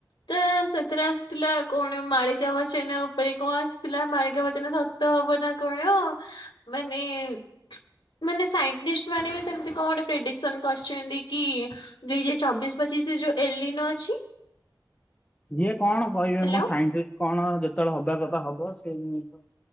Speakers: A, on the left; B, on the left.
A: ତ ସେଥେରେ ଆସଥିଲା କଣ ମାଳିକା ବଚନ ଉପରେ କଣ ଆସଥିଲା ମାଳିକା ବଚନ ସ ତ ହବ ନା କଣ? ମାନେ ଏଁ ଏଁ ମାନେ ସାଇଣ୍ଟିଷ୍ଟ ମାନେ ବି ସେମତି କଣ ଗୋଟେ ପ୍ରେଡିିକସନ୍ କରଛନ୍ତି କି ଦୁଇ ହଜାର ଚବିଶ ପଚିଶ ରେ ଯୋଉ ଏଲିନ ଅଛି
B: ଯିଏ କଣ କହିବେ
A: ହ୍ୟାଲୋ।
B: ମ ସାଇଣ୍ଟିଷ୍ଟ? କଣ ଯେତବଳେ ହବା କଥା ହବ ସେଇ ଜିନିଷ